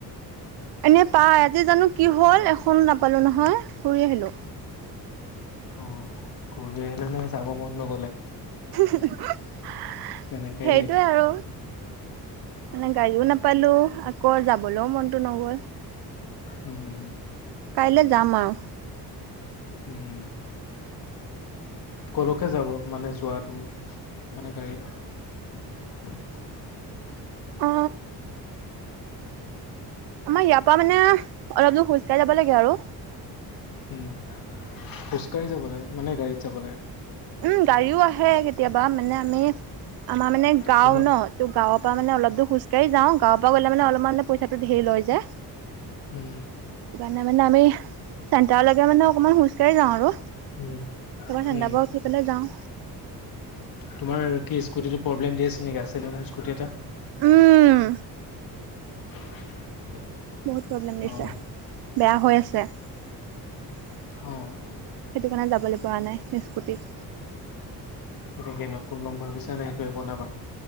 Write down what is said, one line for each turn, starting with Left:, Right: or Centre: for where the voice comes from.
Right: এনে পাই আজি জানো কি হল এখনো নাপালো নহয় ঘূৰি আহিলো
Left: অ ঘূৰি আহিলে নে যাব মন নগলে
Right: <unintelligible>
Left: তেনেকাই
Right: সেইটোৱে
Left: লাগিছে
Right: আৰু মানে গাড়ীও নাপালো আকৌ যাবলৈও মনটো নগল
Left: উম
Right: কাইলে যাম আৰু
Left: উম কলৈকে যাব মানে যোৱাটো মানে গাড়ীত <unintelligible>
Right: অ আমাৰ ইয়াৰ পৰা মানে অলপ দূৰ খোজ কাঢ়ি যাব লাগে আৰু
Left: উম খোজকাঢ়ি যাব লাগে মানে গাড়ীত যাব লাগে
Right: উম গাড়ীও আহে কেতিয়াবা মানে আমি আমাৰ মানে গাওঁ
Left: তোমাৰ
Right: ন ত গাঁওত ত মান অলপ দূৰ খোজকাঢ়ি যাওঁ গাৱৰ পৰা গ'লে মানে অলমানতে পইচাটো ধেই লয় যে
Left: উম
Right: নে মানে আমি চেন্টাৰলৈকে মানে অকণমান খোজকাঢ়ি যাওঁ আৰু
Left: উম,
Right: তোমাৰ চেন্টাৰ
Left: উম,
Right: পৰা উঠি যাওঁ
Left: তোমাৰ কি স্কুটিটো প্ৰব্লেম দি আছে নেকি আছিলে নহয় স্কুটি এটা
Right: উম
Left: <unintelligible>
Right: বহুত প্ৰব্লেম দিছে
Left: অ',
Right: বেয়া হৈ আছে সেইটো
Left: অ',
Right: কাৰণে যাবলৈ পৰা নাই স্কুটিত
Left: হেনেকে নতুন লম ভাবিছা নে সেইটোৱেই বনাবা